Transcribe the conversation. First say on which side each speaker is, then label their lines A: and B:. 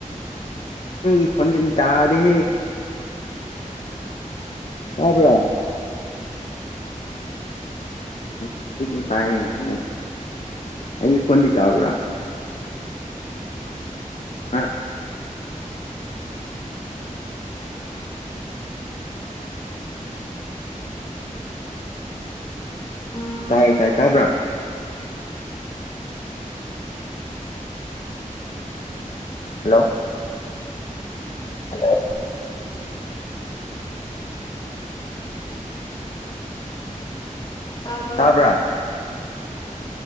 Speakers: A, on the left; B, on the left.
A: ꯅꯪꯒꯤ ꯈꯣꯟꯖꯦꯟ ꯇꯥꯔꯦ ꯇꯥꯕꯔꯥ
B: <unintelligible>
A: ꯍꯧꯖꯤꯛꯅ ꯇꯥꯏ ꯑꯃꯨꯛ ꯑꯩꯒꯤ ꯐꯣꯟꯗꯤ ꯇꯥꯕ꯭ꯔꯥ ꯍꯥꯥ
B: ꯎꯝ
A: ꯇꯥꯏꯌꯦ ꯇꯥꯏ ꯇꯥꯕ꯭ꯔꯥ ꯍꯜꯂꯣ ꯍꯜꯂꯣ
B: ꯇꯥꯔꯕꯔ
A: ꯇꯥꯕ꯭ꯔꯥ